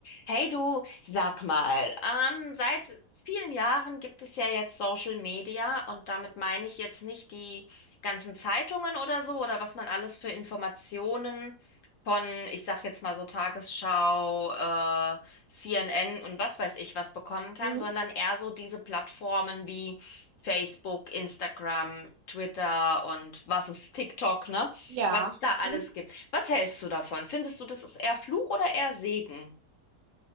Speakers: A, on the left; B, on the right.
A: Hey du, sag mal, ähm, seit vielen Jahren gibt es ja jetzt Social Media und damit meine ich jetzt nicht die ganzen Zeitungen oder so oder was man alles für Informationen von, ich sag jetzt mal so Tagesschau, äh, CNN und was weiß ich was bekommen kann,
B: Mhm.
A: sondern eher so diese Plattformen wie Facebook, Instagram, Twitter und was ist TikTok, ne?
B: Ja.
A: Was es da alles
B: Mhm.
A: gibt. Was hältst du davon? Findest du, das ist eher Fluch oder eher Segen?